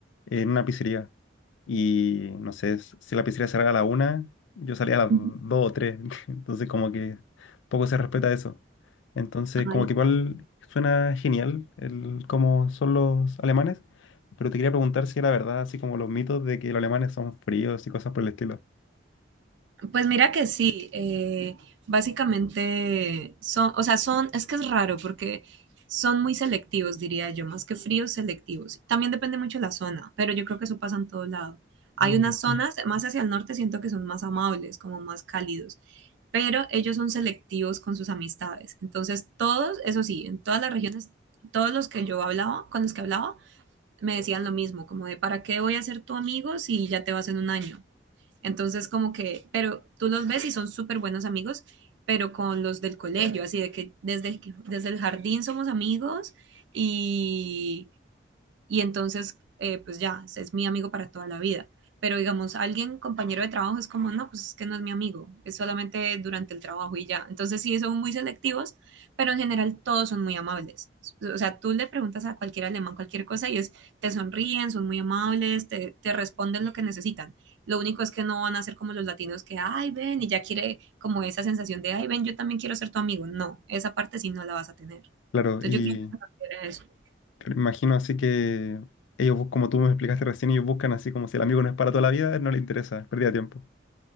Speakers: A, on the left (about 85°); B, on the right (about 75°).
A: en una pizzería. Y no sé, s- si la pizzería cerraba a la una, yo salía a las
B: Ujú.
A: dos o tres. <laughs> Entonces como que poco se respeta eso. Entonces
B: Ay,
A: como que igual suena genial el cómo son los alemanes, pero te quería preguntar si era verdad, así como los mitos de que los alemanes son fríos y cosas por el estilo.
B: Pues mira que sí, eh, básicamente son, o sea, son, es que es raro porque son muy selectivos, diría yo, más que fríos, selectivos. También depende mucho de la zona, pero yo creo que eso pasa en todo lado. Hay
A: Sí, igual
B: unas
A: sí.
B: zonas, más hacia el norte siento que son más amables, como más cálidos, pero ellos son selectivos con sus amistades. Entonces, todos, eso sí, en todas las regiones, todos los que yo hablaba, con los que hablaba, me decían lo mismo, como de, ¿para qué voy a ser tu amigo si ya te vas en un año? Entonces, como que, pero tú los ves y son súper buenos amigos, pero con los del colegio, así de que desde, que- desde el jardín somos amigos y y entonces, eh, pues ya, es mi amigo para toda la vida. Pero digamos, alguien, compañero de trabajo, es como, no, pues es que no es mi amigo, es solamente durante el trabajo y ya. Entonces sí, son muy selectivos, pero en general todos son muy amables. O sea, tú le preguntas a cualquier alemán cualquier cosa y es, te sonríen, son muy amables, te, te responden lo que necesitan. Lo único es que no van a ser como los latinos que, ay, ven, y ya quiere como esa sensación de, ay, ven, yo también quiero ser tu amigo. No, esa parte sí no la vas a tener.
A: Claro,
B: Entonces
A: y
B: yo creo que se refiere a eso.
A: Claro, me Imagino así que ellos, bus- como tú me explicaste recién, ellos buscan así como si el amigo no es para toda la vida, no le interesa, es pérdida de tiempo.